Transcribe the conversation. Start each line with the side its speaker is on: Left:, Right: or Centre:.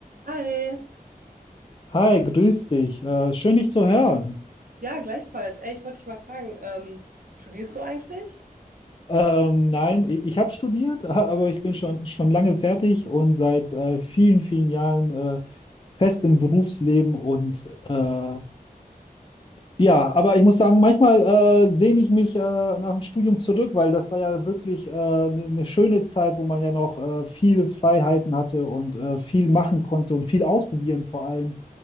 Right: Hi,
Left: Hi, grüß dich. Äh, schön, dich zu hören.
Right: ja, gleichfalls. Ey, ich wollte dich mal fragen, ähm, studierst du eigentlich?
Left: Ähm, nein, ich, ich habe studiert, <laughs> aber ich bin schon, schon lange fertig und seit äh, vielen, vielen Jahren äh, fest im Berufsleben. Und äh, ja, aber ich muss sagen, manchmal äh, sehne ich mich äh, nach dem Studium zurück, weil das war ja wirklich eine schöne Zeit, wo man ja noch äh, viele Freiheiten hatte und äh, viel machen konnte und viel ausprobieren vor allem.